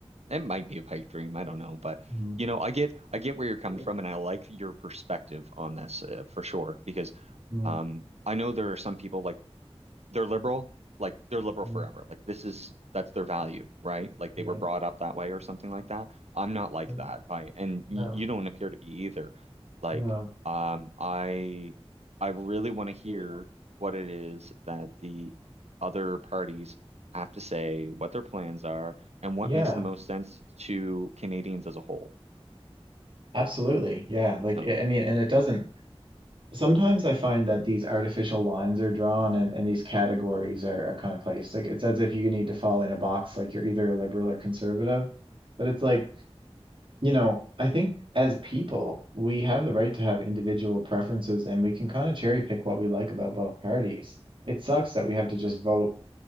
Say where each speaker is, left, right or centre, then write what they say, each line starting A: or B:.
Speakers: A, on the right; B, on the right.
A: It might be a pipe dream, I don't know, but
B: Mm,
A: you know, I get I get where you're coming
B: Right.
A: from and I like your perspective on this uh, for sure because
B: mm,
A: um I know there are some people like they're liberal, like they're liberal
B: mm,
A: forever. Like this is that's their value, right? Like they
B: right.
A: were brought up that way or something like that. I'm not like
B: yeah,
A: that by and y
B: No,
A: you don't appear to be either. Like
B: no.
A: um I I really want to hear
B: Really wanting-
A: what it is that the other parties have to say, what their plans are, and what
B: Yeah,
A: makes the most sense to Canadians as a whole.
B: absolutely. Yeah. Like,
A: So,
B: I I mean, and it doesn't Sometimes I find that these artificial lines are drawn and, and these categories are, are kind of placed. Like it's as if you need to fall in a box, like you're either a liberal or conservative. But it's like, you know, I think as people, we have the right to have individual preferences and we can kind of cherry pick what we like about both parties. It sucks that we have to just vote